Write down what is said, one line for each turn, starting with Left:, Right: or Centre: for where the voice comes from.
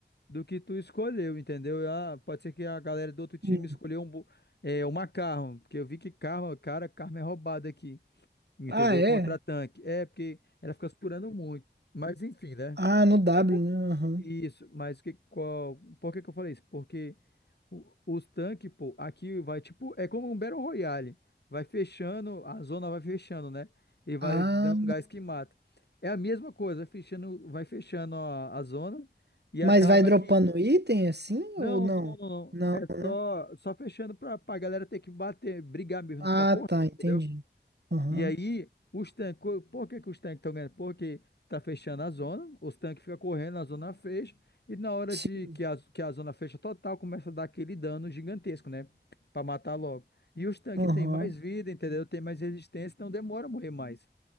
Left: do que tu escolheu, entendeu? Ah, pode ser que a galera do outro time
Right: Hum.
Left: escolheu um... bo- é, uma Karma, porque eu vi que Karma, cara, Karma é roubada aqui. Entendeu?
Right: Ah, é?
Left: Contra-tanque. É, porque ela fica segurando muito. Mas enfim, né?
Right: Ah, no W,
Left: É por-
Right: né? Aham.
Left: Isso, mas que, qual, por que que eu falei isso? Porque o- os tanques, pô, aqui vai tipo. É como um Battle Royale. Vai fechando, a zona vai fechando, né? E vai
Right: Ah,
Left: dando gás que mata. É a mesma coisa, fechando, vai fechando a, a zona e
Right: mas
Left: acaba
Right: vai dropando
Left: que.
Right: item assim
Left: Não,
Right: ou não?
Left: não, não, não.
Right: Não,
Left: É
Right: né?
Left: só, só fechando pra, pra galera ter que bater, brigar mesmo,
Right: Ah,
Left: não ficar correndo,
Right: tá, entendi.
Left: entendeu?
Right: Aham.
Left: E aí, os tanques, co- por que que os tanques estão ganhando? Porque tá fechando a zona, os tanques ficam correndo, a zona fecha, e na hora
Right: Sim.
Left: de que a, que a zona fecha total, começa a dar aquele dano gigantesco, né? Pra matar logo. E os tanques
Right: Aham.
Left: têm mais vida, entendeu? Tem mais resistência, então demora a morrer mais.